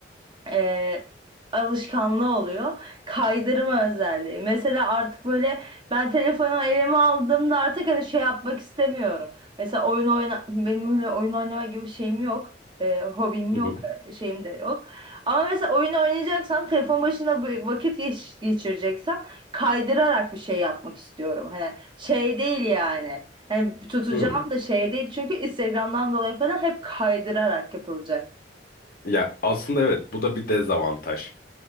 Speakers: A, on the right; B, on the left.
A: e, alışkanlığı oluyor. Kaydırma özelliği. Mesela artık böyle ben telefonu elime aldığımda artık hani şey yapmak istemiyorum. Mesela oyun oyna benim öyle oyun oynama gibi bir şeyim yok. E, hobim
B: Hı
A: yok,
B: hı.
A: e, şeyim de yok. Ama mesela oyun oynayacaksam, telefon başında bu- vakit geç- geçireceksem kaydırarak bir şey yapmak istiyorum. Hani şey değil yani. Hani tutacağım
B: Hı.
A: da şey değil çünkü Instagram'dan dolayı falan hep kaydırarak yapılacak.
B: Ya aslında evet bu da bir dezavantaj.